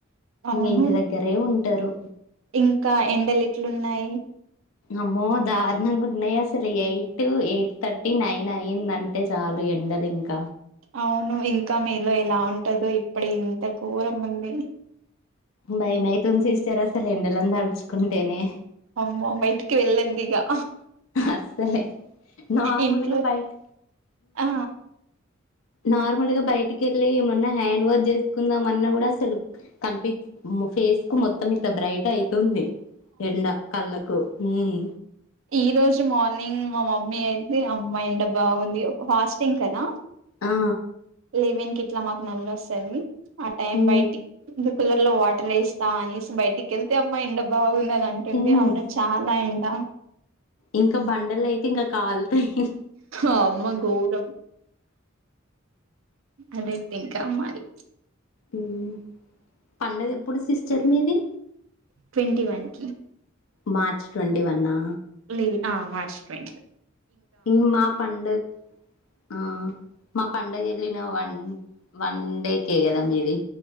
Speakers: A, on the right (about 70°); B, on the left (about 75°).
A: అవును
B: ఇంటి దగ్గరే ఉంన్ టరు
A: ఇంకా ఎండలెట్లున్నాయి.
B: అమ్మో దారుణంగున్నాయసలు ఎయ్టు ఎయ్ట్ థర్టీ నైన్ అయిందంటే చాలు ఎండలింక.
A: ఔను ఇంకా మేలో ఎలా ఉంటదో ఇప్ప్డే ఇంత ఘోరముంది.
B: భయమైతుంద్ సిస్టర్ అసలెండలన్ దల్చుకుంటేనే.
A: అమ్మో బయటికి వెళ్ళద్దిగ
B: అస్సలే నార్మల్గా
A: ఇంట్లో
B: బయట
A: ఆ
B: నార్మల్గా బయటికి వెళ్లి ఏమన్న హ్యాండ్ వాస్ చేసుకుందాం అన్నా కూడా అసలు కనిపి ఫేస్ కు మొత్తం ఇట్లా బ్రైట్ అయి కొడుతుంది ఎండ కళ్ళకు ఊమ్
A: ఈరోజు మార్నింగ్ మ మమ్మీ ఐతే అమ్మ ఎండ బాగుంది ఒ ఫాస్టింగ్ కద
B: ఆ!
A: లెవెన్కి. ట్ల మాక్ నల్లొస్తదీ. ఆ టైమ్
B: హ్మ్.
A: బైటిక్ కూలర్ లో వాటరేస్తా అనేసి బయటికెళ్తే అమ్మా ఎండ బాగు. టదంటుంది
B: హ్మ్.
A: ఐనా చాలా ఎ. అ
B: ఇంకా బండలయితే ఇంకా కాలుతాయి.
A: అమ్మ ఘోరం. అదేత్తింకా మారి.
B: హ్మ్. పండగెప్పుడు సిస్టర్ మీది.
A: ట్వెంటీ వన్ కి.
B: మార్చ్ ట్వొంటీ వన్నా.
A: లే ఆ మార్చి ట్వెంట్
B: ఇమ్ మా పండగ్ ఆ మా పండగ్ జే. లిన వన్ వన్ డేకే కద మీది.